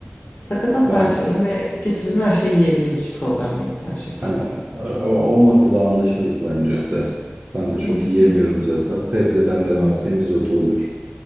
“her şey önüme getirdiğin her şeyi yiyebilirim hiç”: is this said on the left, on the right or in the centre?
Left